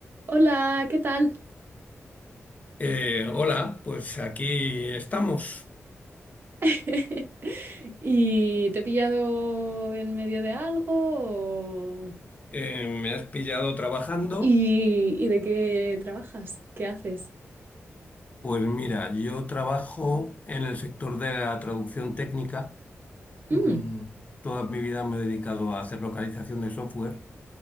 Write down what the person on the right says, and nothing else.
Hola, ¿qué tal?
<laughs> ¿Y te he pillado en medio de algo? o-
¿Y, y de qué trabajas? ¿Qué haces?
Mm,